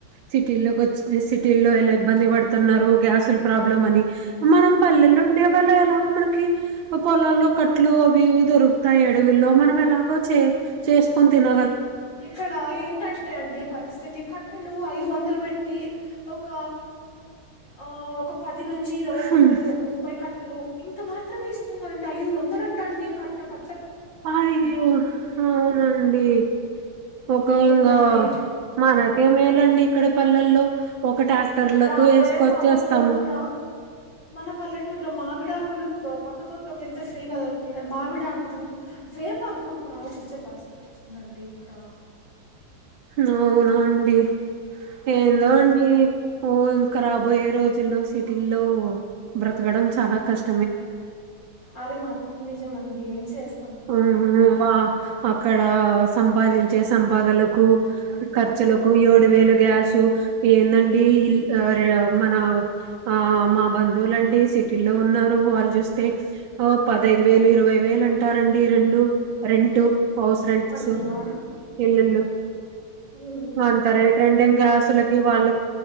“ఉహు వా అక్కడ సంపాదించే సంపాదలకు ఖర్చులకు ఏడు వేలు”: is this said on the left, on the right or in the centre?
Right